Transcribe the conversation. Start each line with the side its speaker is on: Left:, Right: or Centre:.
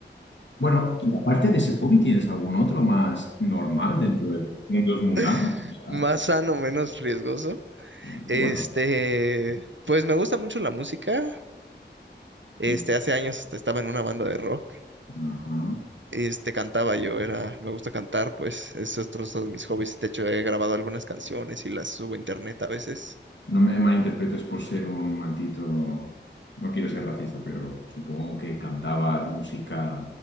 Left: Bueno, y aparte de ese hobby, ¿tienes algún otro más normal dentro de mundos mundanos?
Right: <laughs>
Left: O sea,
Right: Más sano, menos riesgoso.
Left: bueno,
Right: Este, pues me gusta mucho la música. Este,
Left: mm,
Right: hace años hasta estaba en una banda de rock.
Left: ajá.
Right: Este, cantaba yo, era, me gusta cantar, pues es otro otro de mis hobbies. De hecho, he grabado algunas canciones y las subo a internet a veces.
Left: No me malinterpretes por ser un maldito... No quiero ser racista, pero supongo que cantabas música